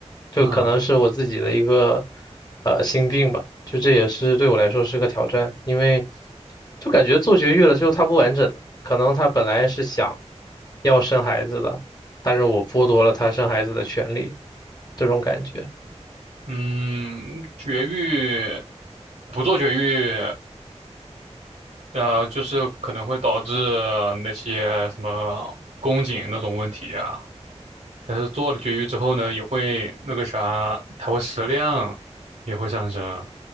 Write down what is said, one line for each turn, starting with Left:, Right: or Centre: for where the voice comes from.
Left: 就可能是我自己的一个
Right: 啊，
Left: 呃心病吧，就这也是对我来说是个挑战，因为就感觉做绝育了之后它不完整了，可能他本来是想要生孩子的，但是我剥夺了他生孩子的权利，这种感觉。
Right: 嗯，绝育不做绝育，呃，就是可能会导致那些什么宫颈那种问题啊。但是做了绝育之后呢，也会那个啥，它会食量也会上升，